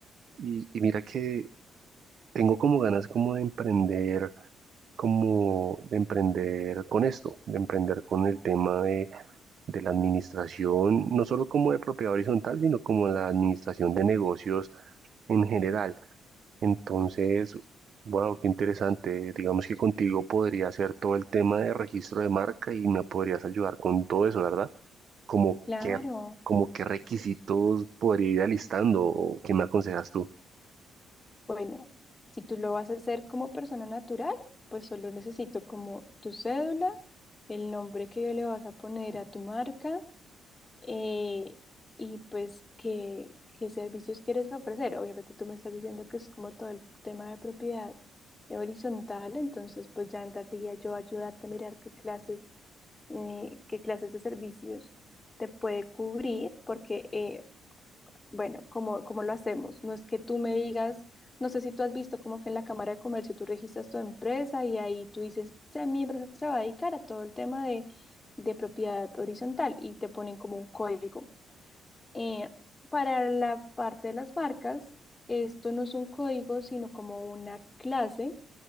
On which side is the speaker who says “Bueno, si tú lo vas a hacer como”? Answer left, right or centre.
Left